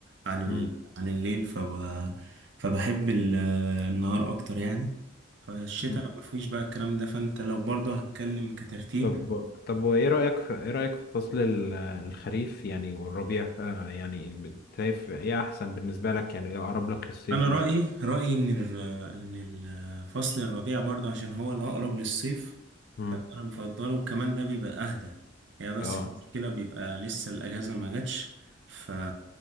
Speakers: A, on the right; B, on the left.
A: عن ال...
B: مم.
A: عن الليل فب... فبحب ال... آه، النهار اكتر يعني فالشتاء
B: مم.
A: ما فيش بقى الكلام ده فانت لو برضه هتكلم كترتيب
B: طب طب وايه رأيك في ايه رأيك في فصل ال- الخريف يعني والربيع آه يعني شايف ايه احسن بالنسبة لك يعني ايه اقرب لك للصيف
A: انا
B: مثلا
A: رايي رايي ان ال- ان الفصل الربيع برضه عشان هو الاقرب للصيف فانا
B: مم.
A: بفضله وكمان ده بيبقى اهدى يعني بس
B: اه
A: المشكله بيبقى لسه الاجازه ما جاتش ف